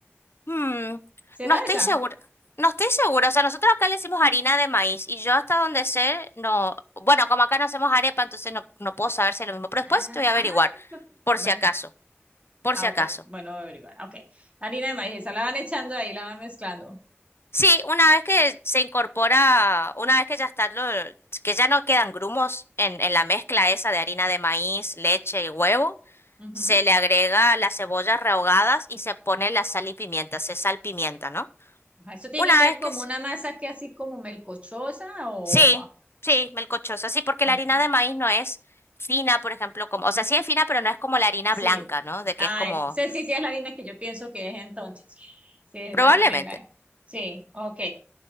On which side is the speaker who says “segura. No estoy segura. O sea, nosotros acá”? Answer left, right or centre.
Left